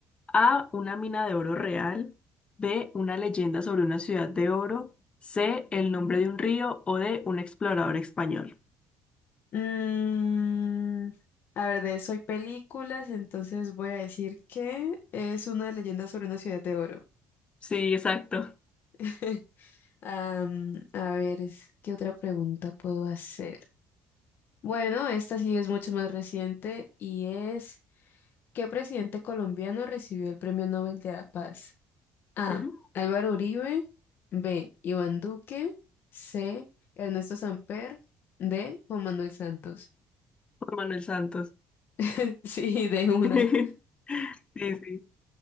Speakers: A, on the left (about 25°); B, on the left (about 50°).
A: A. Una mina de oro real. B. Una leyenda sobre una ciudad de oro. C. El nombre de un río o D. Un explorador español.
B: Mm, a ver, de eso hay películas, entonces voy a decir que es una leyenda sobre una ciudad de oro.
A: Sí, exacto.
B: <laughs> Am, a ver, es- ¿qué otra pregunta puedo hacer? Bueno, esta sí es mucho más reciente y es, ¿qué presidente colombiano recibió el Premio Nobel de la Paz? A.
A: Ujú,
B: Álvaro Uribe. B. Iván Duque. C. Ernesto Samper. D. Juan Manuel Santos.
A: Juan Manuel Santos.
B: <laughs> Sí, de una.
A: <laughs> Sí, sí.